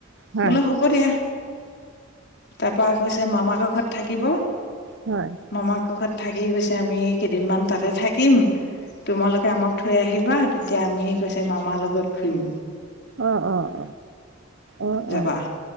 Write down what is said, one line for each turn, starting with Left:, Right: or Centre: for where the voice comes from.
Right: হয়
Left: বোলে হ'ব দিয়া, তাৰপা কৈছে মামাকৰ ঘৰত থাকিব।
Right: হয়।
Left: মামাৰাকৰ ঘৰত থাকি গৈছে আমি কেইদিনমান তাতে থাকিম তোমালোকে আমাক থৈ আহিবা, তেতিয়া আমি কৈছে মামাৰ লগত ঘুৰিম।
Right: অ', অ', অ',
Left: যাবা
Right: অ', অ',